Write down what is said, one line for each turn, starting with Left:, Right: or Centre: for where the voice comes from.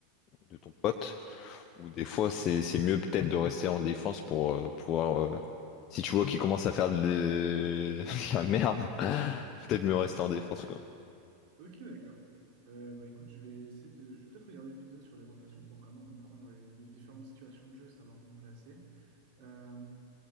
Left: de ton pote ou des fois, c'est, c'est mieux peut-être de rester en défense pour euh, pouvoir. euh, si tu vois qu'il commence à faire de <laughs> de la merde, <laughs> faut peut-être mieux rester
Right: Mhm.
Left: en défense, quoi.
Right: Ok, d'accord. Euh, bah écoute, je vais essayer de. Je vais peut-être regarder une vidéo sur les rotations pour vraiment comprendre les, les différentes situations de jeu et savoir où me placer. Euh,